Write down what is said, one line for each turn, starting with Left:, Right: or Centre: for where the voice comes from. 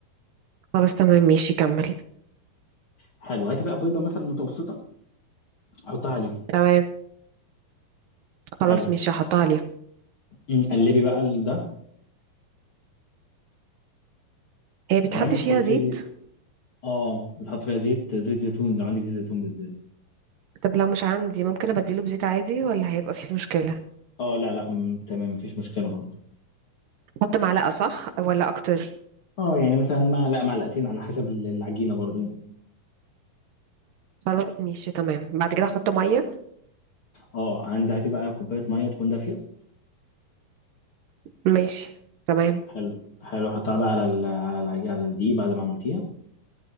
Right: خلاص تمام ماشي كملي
Left: حلو هاتي بقى بيضه مثلا متوسطه حطها عليهم
Right: تمام خلاص
Left: حلو
Right: ماشي هحطها عليها
Left: أمم، قلبي بقى ال- ده
Right: هي بيتحط
Left: تمام وحطي
Right: فيها زيت
Left: اه بتحط فيها زيت زيت زيتون لو عندك زيت زيتون بالذات
Right: طب لو مش عندي ممكن ابدله بزيت عادي ولا هيبقى فيه مشكلة
Left: اه لا لا أمم، تمام مفيش مشكله برضه
Right: احط معلقة صح ولا اكتر
Left: اه يعني مثلا معلقه معلقتين على حسب ال- العجينه برضه يعني
Right: خلاص ماشي تمام بعد كده احط مية
Left: اه عندي هاتي بقى كوبايه ميه تكون دافيه
Right: ماشي تمام
Left: حلو حلو حطها بقى على ال... على العجينه على الدقيق بعد ما عملتيها